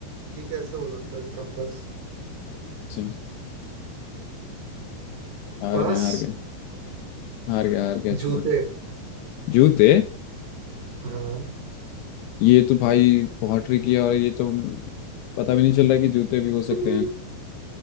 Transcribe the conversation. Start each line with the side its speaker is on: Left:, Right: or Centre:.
Right: ये कैसे हो सकता है कंपास
Left: अच्छा हार
Right: पास
Left: मैं हार गया हार गया हार गया
Right: जूते
Left: छोड़ो जूते
Right: हाँ
Left: ये तो भाई पॉटरी की है और ये तो पता भी नहीं चल रहा कि जूते भी हो सकते
Right: <laughs>
Left: हैं